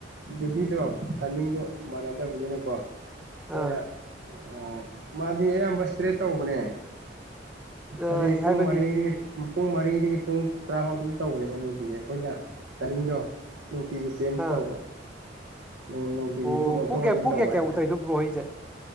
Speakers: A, on the right; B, in the centre.
A: ꯗ꯭ꯌꯨꯇꯤꯗꯣ ꯇꯥꯏꯃꯤꯡꯗꯣ ꯃꯥꯟꯅꯗꯕꯅꯤꯅ ꯀ
B: ꯑꯥ
A: ꯑꯣꯏꯅ ꯑ ꯃꯗꯤꯝꯕꯁ ꯇ꯭ꯔꯦꯠ ꯇꯧꯕꯅꯦ
B: ꯑꯥ
A: ꯍꯥꯏꯗꯤ ꯄꯨꯡ
B: ꯍꯥꯏꯕꯗꯤ
A: ꯃꯔꯤꯗꯒꯤ ꯄꯨꯡ ꯃꯔꯤꯗꯒꯤ ꯄꯨꯡ ꯇꯔꯥ ꯐꯥꯎ ꯑꯗꯨꯝ ꯇꯧꯕꯅꯦꯕ ꯅꯨꯡꯇꯒꯤ ꯑꯩꯈꯣꯏꯅ ꯇꯗꯣ ꯅꯨꯡꯇꯤꯒꯤ ꯆꯦꯟꯖ
B: ꯑꯥ
A: ꯇꯧꯕ ꯅꯨꯡꯇꯤꯒꯤ
B: ꯑꯣ
A: ꯑꯗꯨꯝ ꯑꯣꯟꯊꯣꯛ
B: ꯄꯨꯡ ꯀꯌꯥ
A: ꯑꯣꯟꯁꯤꯟ
B: ꯄꯨꯡ
A: ꯇꯧꯕ
B: ꯀꯌꯥ ꯀꯌꯥꯃꯨꯛ
A: ꯍꯥꯏꯇꯥꯔꯦ
B: ꯇꯧꯔꯤꯅꯣ ꯕ꯭ꯔꯣ ꯍꯣꯏꯁꯦ